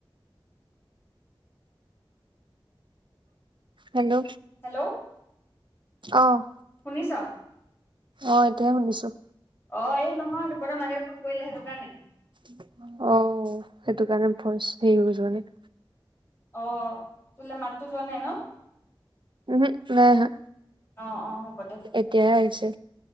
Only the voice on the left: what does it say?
Hello.
শুনিছ?
অ' এই নহয় দুপতৰ মাকে ফোন কৰিলে সেইটো কাৰণে।
অ' তোলে মাত টো যোৱা নাই ন?
অ' অ' হ'ব দে